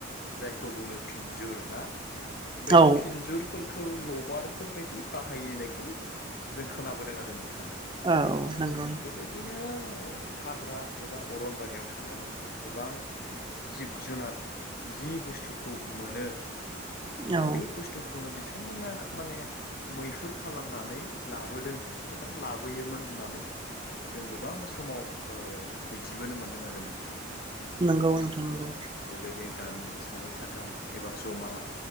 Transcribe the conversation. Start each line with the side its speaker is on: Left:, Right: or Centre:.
Left: जायखौ बुङो फिनजुर ना? बै
Right: औ
Left: फिनजुरफोरखौ ल बारफोर बायदि बाहायनायखौ जों खोनाबोदों आरो नों थां
Right: औ नंगौ
Left: बेबायदिनो ओ हाग्रा एबा अरनबारियाव थांनानै गोबां जिब जुनार जि बुस्थुखौ मोनो
Right: औ
Left: बे ओ बुस्थुखौनो बिथांमोना माने मैहुर खालामनानै लाबोदों एबा लाबोयोमोन होननानै जों गोबां समाव ओ मिथिबोनो मोनदों आरो नोंथां
Right: नोंगौ नोंथां नोंगौ
Left: बे गामिनि सानै साथाम एबा जमा